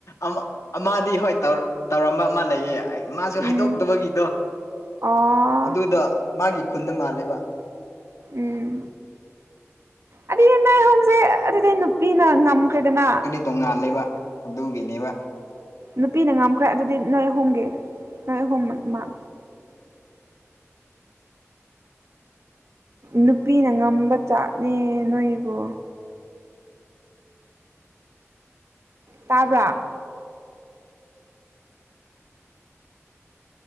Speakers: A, on the left; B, on the right.
A: ꯑꯝ ꯑꯥꯃꯥꯗꯤ ꯍꯣꯏ ꯇꯧ ꯇꯧꯔꯝꯕ ꯑꯃ ꯂꯩꯌꯦ ꯑꯩ ꯃꯥꯁꯨ
B: ꯎꯝ
A: ꯍꯥꯏꯗꯣꯛꯇꯕꯒꯤꯗꯣ
B: ꯑꯣ
A: ꯑꯗꯨꯗ ꯃꯥꯒꯤ ꯈꯨꯟꯗ ꯃꯥꯜꯂꯦꯕ
B: ꯎꯝ ꯑꯗꯨ ꯅꯣꯏ ꯑꯥꯍꯣꯝꯁꯦ ꯑꯗꯨ ꯄꯤꯅ ꯉꯝꯈ꯭ꯔ‌ꯦꯗꯅ
A: ꯇꯣꯉꯥꯜꯂꯤꯕ ꯑꯗꯨꯒꯤꯅꯦꯕ
B: ꯅꯨꯄꯤꯅ ꯉꯝꯈ꯭ꯔꯦ ꯑꯗꯨꯗꯤ ꯅꯣꯏ ꯑꯍꯨꯝꯒꯤ ꯅꯣꯏ ꯑꯍꯨꯝꯃꯥꯛ ꯅꯨꯄꯤꯅ ꯉꯝꯕ ꯆꯥꯠꯅꯦ ꯅꯣꯏꯕꯨ ꯇꯥꯕ꯭ꯔꯥ